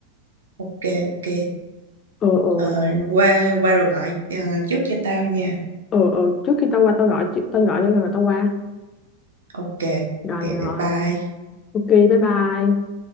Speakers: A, on the right; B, on the left.
A: ok ok
B: ờ ờ
A: Ờ, qua qua rồi gọi ờ, trước cho tao nha
B: ờ ờ trước khi tao qua tao gọi chứ- tao gọi cho rồi tao qua
A: ok
B: rồi
A: ok
B: rồi
A: bye bye
B: ok bye bye